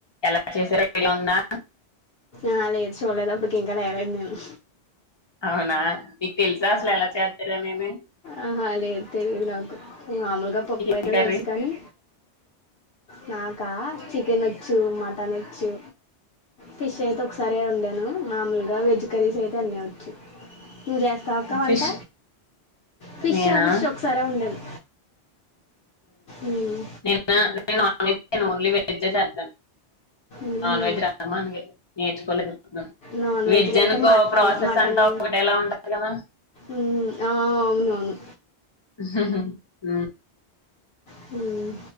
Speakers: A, on the left; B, on the left.
A: ఎలా చేసారో ఐడియా ఉందా
B: అ లేద్ చులేద్ ప్పుకి <unintelligible> ఇంకా లేవలేదు నేను
A: అవునా మీక్ తెల్సా అసల్ ఎలా చేస్తారా నేను
B: ఆహా లేద్ తెలియదు నాకు మామూలుగా పప్పు
A: చికెన్
B: అయితే
A: కర్రీ
B: తెలుసు కానీ నాక్ కా చి క కెన్ వచ్చు మటన్ వచ్చు ఫిష్ అయితే ఒకసారిే వండాను మామూలుగా వెజ్ కర్రీస్ అయితే అన్ని వచ్చు నువ్వు చేస్తావక్కవంట
A: ఫిష్
B: ఫిష్
A: నేనా
B: ఆ ఫిష్ ఒకసారే వండాను మ్మ్.
A: నిన్న నాన్ వెెజ్ ఓన్లీ వెజ్ చేతాన్
B: మ్మ్.
A: నాన్వెజ్ రాద్ మనకి నేర్చుకోలేద్
B: నాన్ వెజ్లో
A: వెజ్
B: అయితే
A: అనుకో
B: మటన్
A: ప్రాసెస్
B: మటన్
A: అంతా ఒకటేలా ఉంటది కదా
B: మ్మ్. ఆ అవును అవును
A: ఉమ్ హు
B: హమ్